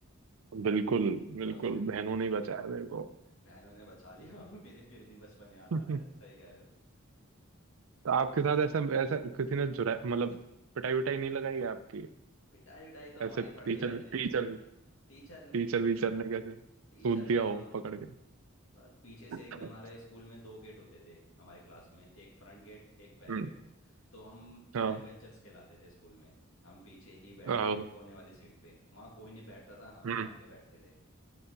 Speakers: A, on the right (about 75°); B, on the left (about 70°).
A: बिल्कुल बिल्कुल
B: और <laughs> फिर
A: बहनों ने ही बचाया मेरे को
B: बहनों ने बचा लिया <laughs> फिर फिर भी बचपन याद
A: तो
B: आ रहा है सही कह रहे हो तुम
A: आपके साथ ऐसा ऐसा किसी ने जुरा मतलब पिटाई विटाई नहीं लगाई है आपकी
B: पिटाई विटाई तो हमारी
A: ऐसे
B: पड़ती
A: टीचर
B: रहती
A: टीचर
B: थी टीचर ने
A: टीचर वीचर ने कैसे सूद
B: टीचर ने
A: दिया हो
B: तो
A: पकड़ के
B: बस पीछे से
A: हम्म
B: एकदम हमारे स्कूल में दो गेट होते थे हमारे क्लास में एक फ्रंट गेट एक बैक
A: हम्म
B: गेट तो हम बैक
A: हाँ
B: बेंचर्स कहलाते थे स्कूल में हम पीछे ही बैठते
A: आओ
B: थे कोने वाली सीट पे वहाँ कोई नहीं बैठता था हम
A: हम्म
B: ही आके बैठते थे